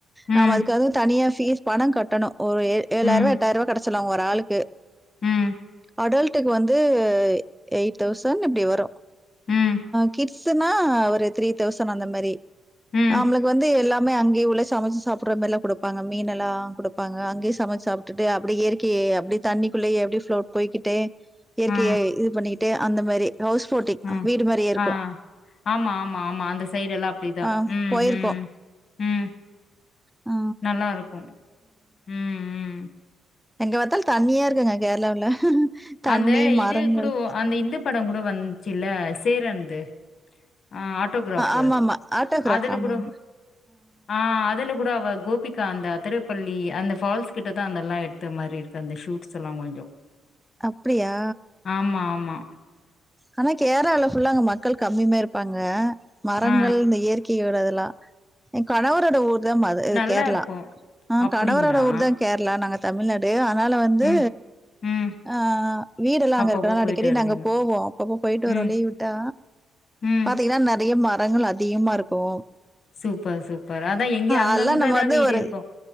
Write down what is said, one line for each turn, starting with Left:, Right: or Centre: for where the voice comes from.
Left: ம்.
Centre: நம்ம அதுக்காக தனியா‌ ஃபீஸ் பணங் கட்டணு ஒரு ஏ ஏழாயிரூபா
Left: ம்,
Centre: எட்டாயிரூபா கட்ட சொல்வாங்க ஒரு ஆளுக்கு
Left: ம்
Centre: அடல்ட்டுக்கு வந்து எயிட் தௌசண்ட் இப்டி வரு
Left: ம்,
Centre: கி ட்ஸ்னா ஒரு ஃத்ரீ தௌசண்ட் அந்த மாரி
Left: ம்,
Centre: நம்ளுக்கு வந்து எல்லா மே அங்கேயே உள்ள சமைச்சு சாப்புற மாரில்லா குடுப்பாங்க மீன்னெல்லா குடுப்பாங்க அங்கேயே சமை சாப்டுட்டு அப்டி இயற்கையே அப்டி தண்ணிக்குள்ளயே அப்டி ப்ளோர் போய்கிட்டு இயற்கையை
Left: ஆ,
Centre: இது பண்ணிட்டு அந்த மாரி ஹவுஸ் போட்டிங்
Left: ஆ,
Centre: வீடு மாரியே இருக்கு
Left: ஆ. ஆமா ஆமா ஆமா அந்த சைடு எல்லா அப்டிதா
Centre: ஆ
Left: ம்
Centre: போயிருக்கோம்.
Left: ம் ம்
Centre: ஆ
Left: நல்லாருக்கு ம் ம்
Centre: எங்க பாத்தாலு தண்ணியா இருக்குங்க கேரளாவுல தண்ணி
Left: அந்த
Centre: மரங்கள்
Left: இது கூட அந்த இந்த படங் கூட வந்ச்சில்ல சேரன்து ஆ ஆட்டோகிராஃப்பு
Centre: ஆமாமா. ஆட்டோகிராஃப்
Left: அதுல
Centre: ஆமாமா.
Left: கூட ஆ அதுல கூட அவ கோபி கா அந்த அத்திரப்பள்ளி அந்த ஃபால்ஸ் கிட்டதான் அதெல்லா எடுத்த மாறி இருக்கு அந்த ஷூட்ஸ் எல்லா கொஞ்சோ
Centre: அப்டியா
Left: ஆமா ஆமா
Centre: ஆனா கேரளால ஃபுல்லா அங்க மக்கள் கம்மிமா இருப்பாங்க மரங்கள்
Left: ஆ
Centre: இந்த இயற் கையோட இதெல்லா என் கணவரோட தா மது
Left: நல்லா
Centre: கேரளா
Left: இருக்கும்.
Centre: ஆ
Left: அப்படிங்களா?
Centre: கணவரோட ஊர்தான் கேரளா நாங்க தமிழ்நாடு ஆனாலு வந்து
Left: ம், ம்.
Centre: ஆ வீடெல்லா அங்க
Left: அப்பப்போ
Centre: இருக்கனால
Left: போயிட்டு
Centre: அடிக்கடி
Left: வருவீங்க.
Centre: நாங்க போவோ அப்பப்போ போயிட்டு வருவோ
Left: ம்,
Centre: லீவ் விட்டா
Left: ம்.
Centre: பாத்தீங்கன்னா நெறையா மரங்கள் அதிகமா இருக்கு
Left: சூப்பர் சூப்பர் அதான் எங்க அங்கங்கதா
Centre: அதெல்லாம் நம்ம வந்து
Left: வீடு
Centre: ஒரு
Left: இருக்கு